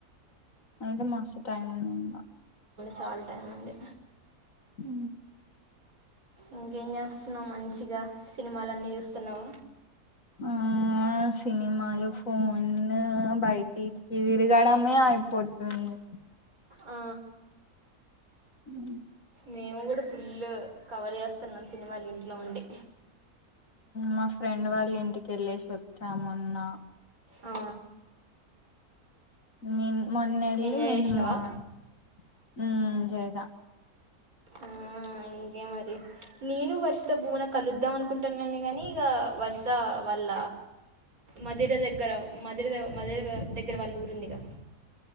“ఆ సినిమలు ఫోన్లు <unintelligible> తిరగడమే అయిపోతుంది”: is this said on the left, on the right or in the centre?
Left